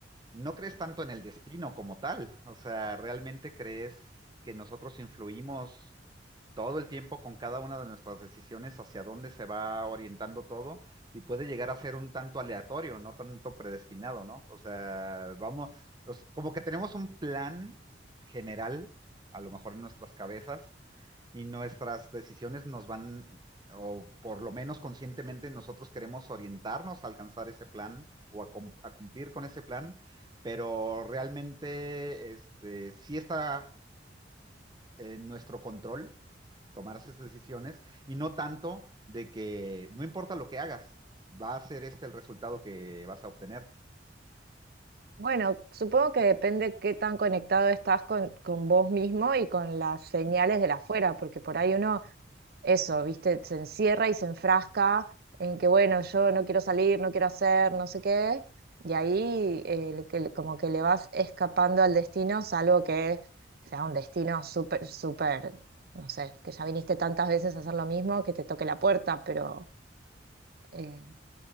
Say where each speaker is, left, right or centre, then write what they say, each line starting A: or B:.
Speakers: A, on the right; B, on the right.
A: no crees tanto en el destino como tal. O sea, ¿realmente crees que nosotros influimos todo el tiempo con cada una de nuestras decisiones hacia dónde se va orientando todo? Y puede llegar a ser un tanto aleatorio, no tanto predestinado, ¿no? O sea, vamos, o sea, como que tenemos un plan general, a lo mejor en nuestras cabezas, y nuestras decisiones nos van, o por lo menos conscientemente nosotros queremos orientarnos a alcanzar ese plan o a, a cumplir con ese plan, pero realmente este, sí está en nuestro control tomar esas decisiones y no tanto de que no importa lo que hagas, va a ser este el resultado que vas a obtener.
B: bueno, supongo que depende qué tan conectado estás con, con vos mismo y con las señales
A: Ujú.
B: de la afuera, porque por ahí uno eso, ¿viste? Se encierra y se enfrasca en que, bueno, yo no quiero salir, no quiero hacer, no sé qué, y ahí eh, le- que le- como que le vas escapando al destino, salvo que sea un destino súper, súper, no sé, que ya viniste tantas veces a hacer lo mismo, que te toque la puerta, pero eh,